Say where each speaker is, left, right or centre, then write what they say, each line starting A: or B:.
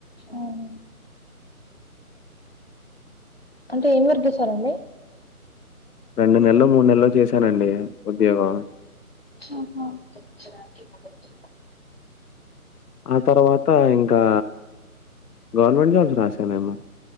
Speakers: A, on the left; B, on the left.
A: ఉమ్ అంటే ఏం వర్క్ చేసారండి
B: రెండు నెల్లో మూడు నెల్లో చేశానండి ఉద్యోగం
A: ఆహా <inaudible>
B: ఆ తర్వాత ఇంకా గవర్నమెంట్ జాబ్స్ రాసానేమో